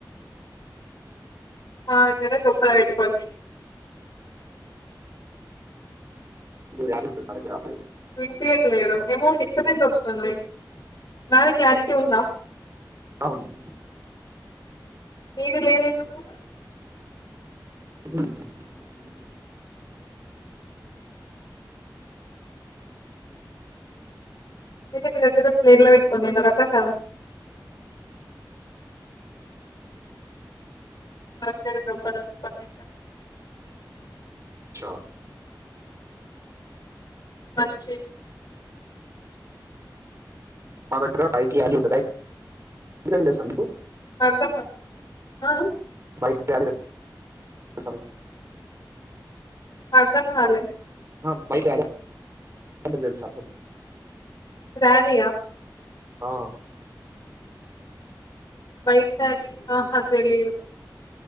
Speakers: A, on the left; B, on the right.
A: ఆక్కడ గఫాల పెటిపో
B: <unintelligible>
A: వినిపియట్లేదు ఏమో డిస్టబెన్స్ వస్తుంది. నాది క్లారిటీ ఉందా
B: అవును
A: మీది లేదెందుకు
B: మ్మ్
A: అయితే మీ దగ్గర ప్లేట్లో పెట్టుకొని తింటారా ప్రసాదం మా దగ్గర డోప్పలు లో తింటం
B: అచ్చా
A: పచ్చి
B: మాదగ్గర హైక్వానీ ఉంటది హైక్వ అంటే తెలుసా మీకు
A: అర్ధం కాలేదు ఆ ఆ
B: బైక్ ర్యాలీ అంటే తెలుసా మీకు
A: అర్ధం కాలే
B: ఆ బైక్ ర్యాలీ అంటే తెలుసా మీకు
A: ర్యాలీ ఆ
B: ఆ
A: బైక్ ర్యాలీ ఆహా తెలియదు